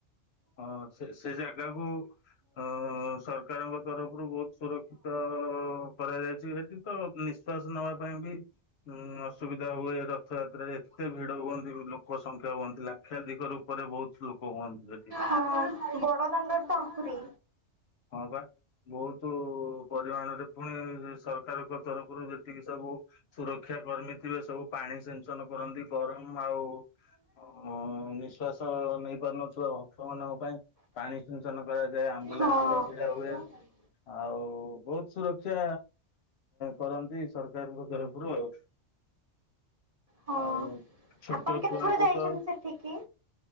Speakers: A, on the left; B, on the right.
A: ହଁ ସେ ସେ ଜାଗାକୁ ଅଁ ସର ସରକାରଙ୍କ ତରଫରୁ ବହୁତ ସୁରକ୍ଷିତ କରାଯାଇଛି ସେଠି ତ। ନିଶ୍ଵାସ ନବା ପାଇଁ ବି ଉଁ ଅସୁବିଧା ହୁଏ। ର ରଥଯାତ୍ରାରେ ଏତେ ଭିଡ ହୁଅନ୍ତି। ଲୋକ ସଂଖ୍ୟା ହୁଅନ୍ତି। ଲାକ୍ଷାଧିକ ରୂପରେ ବହୁତ ଲୋକ ହୁଅନ୍ତି ସେଠି।
B: ହଁ ବଡ଼ଦାଣ୍ଡରେ ତ ଆହୁରି।
A: ହଁ ବା। ବହୁତୁ ପରିମାଣରେ ପୁଣି ସରକାରଙ୍କ ତରଫରୁ ଯେତିକି ସବୁ ସୁରକ୍ଷା କର୍ମୀ ଥିବେ ସବୁ ପାଣି ସିଞ୍ଚନ କରନ୍ତି। ଗରମ ଆଉ ଅ ନିଶ୍ୱା ବିଶାସ ନେଇ ପାରୁନଥିବା ଭକ୍ତ ମାନଙ୍କ ପାଇଁ ପାଣି ସିଞ୍ଚନ କରାଯାଏ ଆମ୍ବୁଲାନ୍ସ
B: ହଁ।
A: ବି ହୁଏ ଆଉ ବୋହୁତ ସୁରକ୍ଷା କରନ୍ତି ସରକାର ସରକାରଙ୍କ ତରଫରୁ ଆଉ।
B: ହଁ
A: ଆଉ ଛୋଟ
B: ଆପଣ କେତେଥର
A: ଛୁଆଙ୍କୁ
B: ଯାଇଛନ୍ତି
A: ତ
B: ସେଠିକି?